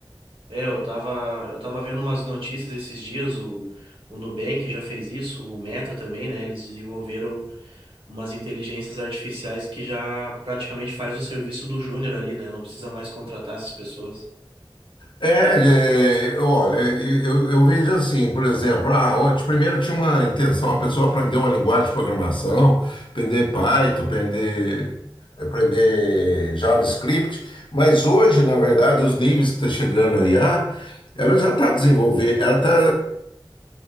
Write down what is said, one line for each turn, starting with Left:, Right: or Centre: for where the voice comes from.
Right: É, eu tava, eu tava vendo umas notícias esses dias, o, o Nubank já fez isso, o Meta também, né? Eles desenvolveram umas inteligências artificiais que já praticamente faz o serviço do júnior ali, né? Não precisa mais contratar essas pessoas.
Left: É, é, olha, eu, eu vejo assim, por exemplo, ah, antes, primeiro tinha uma intenção, a pessoa aprender uma linguagem de programação, aprender Python,
Right: Sim,
Left: aprender, aprender JavaScript, mas hoje, na verdade, os níveis que está chegando a IA, ela já está desenvolvendo, ela está